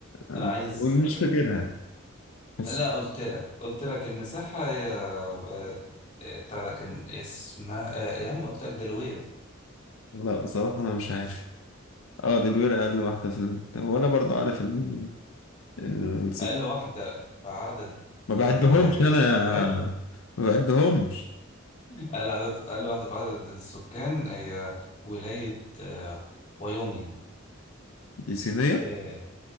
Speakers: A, on the left (about 75°); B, on the left (about 35°).
A: أنا
B: أنا عايز
A: مش فاكرها بس
B: لا قلت لك قلت لك المساحة هي آه، آه، بتاع ده كان اسمها آه، يا عم قلت لك دلوير
A: لا بصراحه انا مش عارف اه دي الولايه اقل واحده في ال... هو انا برضو عارف ال... السكان
B: أقل واحدة في عدد
A: ما بعدهمش
B: ال- آه،
A: انا
B: السكان
A: ما بعدهمش
B: أقل عدد أقل واحدة في عدد السكان هي ولاية آه، وايومينج
A: دي صينيه
B: في